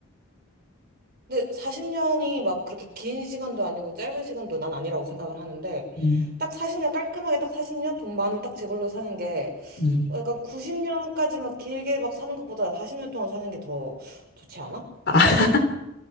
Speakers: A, on the right (about 45°); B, on the left (about 50°).
A: 근데 40년이 막 그렇게 긴 시간도 아니고 짧은 시간도 난 아니라고 생각을 하는데
B: 음,
A: 딱 40년 깔끔하게 딱 40년 돈 많은 딱 재벌로 사는 게
B: 음.
A: 어, 약간 90년까지 막 길게 막 사는 것보다 40년 동안 사는 게 더 좋지 않아?
B: 아, <laughs>